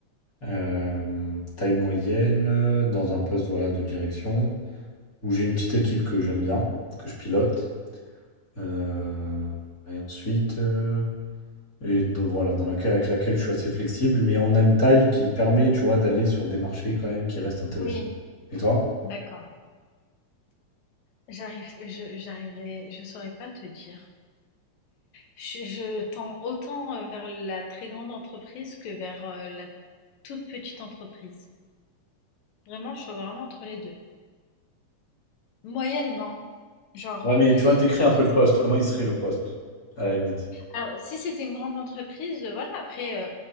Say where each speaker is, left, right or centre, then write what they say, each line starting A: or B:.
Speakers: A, on the left; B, on the left.
A: Euh, taille moyenne, euh, dans un poste voilà, de direction, où j'ai une petite équipe que j'aime bien, que je pilote. Euh, et ensuite, euh, et de- voilà, dans laquelle, avec laquelle je suis assez flexible, mais on a une taille qui permet, tu vois, d'aller sur des marchés quand même qui restent intéressants.
B: Oui,
A: Et toi?
B: d'accord. J'arrive je j'arriverai je saurais pas te dire. Je je tends autant, heu, vers la très grande entreprise que vers, heu, la toute petite entreprise. Vraiment, je suis vraiment entre les 2. Moyenne, non. Genre,
A: Ouais,
B: heu,
A: mais tu vois, décris
B: moi
A: un
B: c'est
A: peu le poste. Comment il serait le poste, à la limite?
B: alors si c'était une grande entreprise, heu, voilà après, heu,